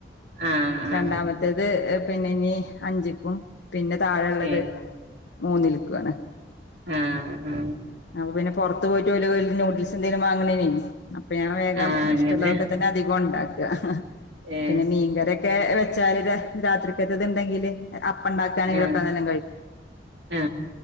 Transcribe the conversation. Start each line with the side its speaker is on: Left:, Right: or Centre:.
Right: ആ
Left: രണ്ടാമത്തേത്
Right: ആ
Left: പിന്നെ ഇനി അഞ്ചിക്കും. പിന്നെ താഴെള്ളത്
Right: ഏ
Left: മൂന്നില്ക്കുവാണ്.
Right: ആഹ് ആഹ്
Left: അപ്പൊ പിന്നെ പുറത്ത് പോയി്ടോല് നൂഡിൽസ് എന്തേലും വാങ്ങണേനെ. അപ്പൊ ഞാൻ വേഗം
Right: ആ അങ്ങനെ
Left: ഇഷ്ടമുള്ളതൊക്കെ തന്നെ അധികം ഉണ്ടാക്ക
Right: ഏ
Left: പിന്നെ മീൻകറിയൊക്കെ. എ വെച്ചാല് രാത്രിക്കത്തെത്ണ്ടെങ്കില്. അപ്പ ഉണ്ടാക്കാണെങ്കിലൊക്കെ
Right: ആ
Left: നലോണം കഴിക്കും.
Right: ആ